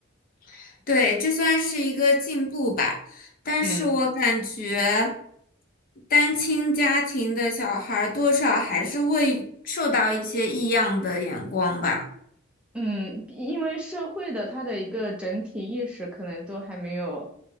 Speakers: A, on the left (about 45°); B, in the centre.
A: <laughs> 对，这算是一个进步吧，但是我感觉
B: 嗯
A: 单亲家庭的小孩儿多少还是会受到一些异样的眼光吧。
B: 嗯，因为社会的它的一个整体意识可能都还没有